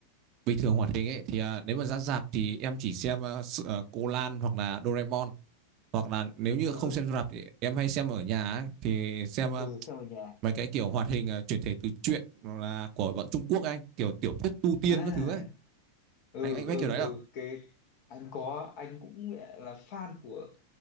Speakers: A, on the right; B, on the left.
A: bình thường hoạt hình ấy thì à, nếu mà ra rạp thì em chỉ xem à, sự- à, Cô Lan hoặc là Doraemon hoặc là nếu như
B: ừ
A: không xem rạp thì em hay xem ở nhà ấy, thì xem à,
B: ừ xem ở nhà
A: mấy cái kiểu hoạt hình à, chuyển thể từ truyện hoặc là của bọn Trung Quốc anh, kiểu tiểu thuyết tu tiên
B: à
A: các thứ ấy.
B: ừ
A: Anh anh biết
B: ừ
A: kiểu đấy
B: ừ
A: không?
B: cái anh có anh cũng là fan của